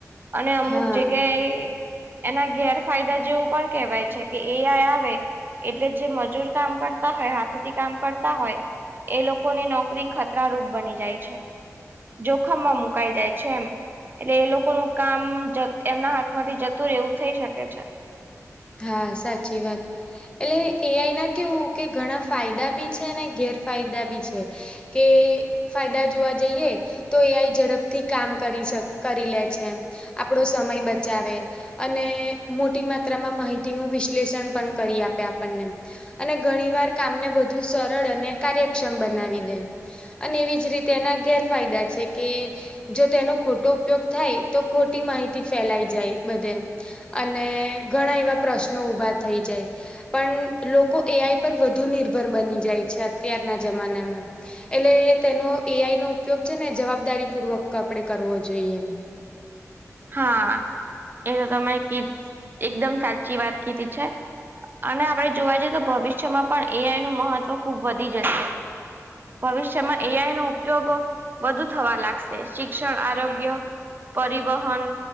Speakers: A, on the right (about 35°); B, on the left (about 15°).
A: અને અમુક
B: હા.
A: જગ્યાએ એના ગેરફાયદા જેવું પણ કેહેવાય છે કે એ આઈ આવે એટલે જે મજૂર કામ કરતા હોય હાથેથી કામ કરતા હોય એ લોકોની નોકરી ખતરારૂપ બની જાય છે. જોખમમાં મુકાઈ જાય છે એમ એટલે એ લો કોનું કામ જ એમના હાથમાંથી જતું રે એવું થઈ શકે છે.
B: હા, સાચી વાત એટલે એઆઈ ના કેવું કે ઘણા ફાયદા બી છે ને ગેરફાયદા બી છે, કે ફાયદા જોવા જઈએ. તો એઆઈ ઝડપથી કામ કરી સ કરી લે છેમ. આપડો સમય બચાવે અને મોટી માત રામા માહિતીનું વિશ્લેષણ પણ કરી આપે આપણને. અને ઘણી વાર કામને વધુ સરળ અને કાર્યક્ષમ બનાવી દે અને એવી જ રી તેના ગેરફાયદા છે કે જો તેનો ખોટો ઉપયોગ થાય, તો ખોટી માહિતી ફેલાઈ જાય બધે. અને ઘણા એવા પ્રશ્નો ઊભા થઈ જાય. પણ લોકો એઆઈ પર વધુ નિર્ભર બની જાય છે, અત્યારના જમાનામાં. એટલે તેનો એઆઈ નો ઉપયોગ છે ને જવાબદારી પૂર્વક આપણેે કરવો જોઈએ.
A: હા, એ ત તમે કી એકદમ સાચી વાત કીધી છે. અને આપડણે જોવા જઈએ, તો ભવિષ્યમાં પણ એઆઈ નું મહત્વ ખુબ વધી જશે. ભવિષ્યમાં એઆઈ નો ઉપયોગ વધુ થવા લાગસે. શિક્ષણ, આરોગ્ય, પરિ વહન